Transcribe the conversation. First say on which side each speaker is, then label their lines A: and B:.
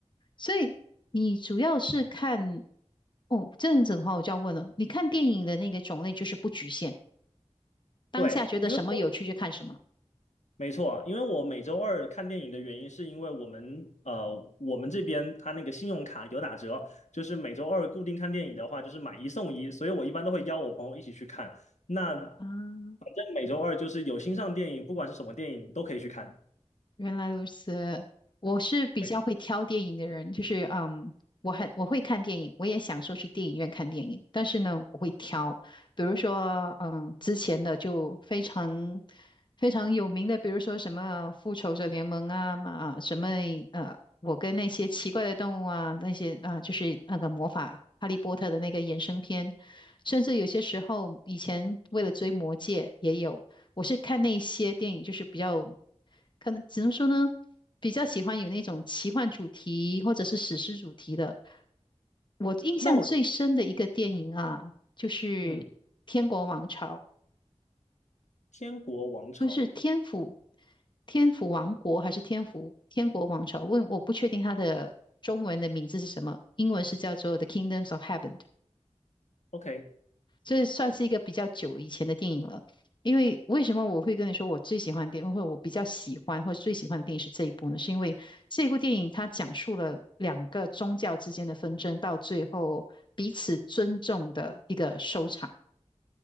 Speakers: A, on the left; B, on the left.
A: 所以你主要是看哦这样子的话，我就要问了，你看电影的那个种类就是不局限，当下觉得什么有趣就看什么
B: 对，因为我没错，因为我每周二看电影的原因，是因为我们呃，我们这边它那个信用卡有打折，就是每周二固定看电影的话，就是买一送一，所以我一般都会邀我朋友一起去看。那
A: 啊，
B: 反正每周二就是有新上电影，不管是什么电影都可以去看。
A: 原来如此，我是比较会挑电影的人，
B: 每
A: 就是嗯，我很我会看电影，我也享受去电影院看电影，但是呢，我会挑，比如说嗯，之前的就非常非常有名的，比如说什么《复仇者联盟》啊嘛啊，什么呃，我跟那些奇怪的动物啊，那些啊，就是那个魔法《哈利波特》的那个衍生片，甚至有些时候以前为了追《魔戒》也有。我是看那些电影，就是比较，可能只能说呢，比较喜欢有那种奇幻主题或者是史诗主题的。我印象最深的一个电影啊，
B: 那我
A: 就是《天国王朝》，
B: 嗯，《天国王朝》
A: 不是天府，天府王国还是天府天国王朝？问我不确定它的中文的名字是什么，英文是叫做《The Kingdoms of Heaven》。
B: OK，
A: 这算是一个比较久以前的电影了。因为为什么我会跟你说我最喜欢的电影，或者我比较喜欢或者最喜欢的电影是这一部呢？是因为这部电影它讲述了两个宗教之间的纷争，到最后彼此尊重的一个收场。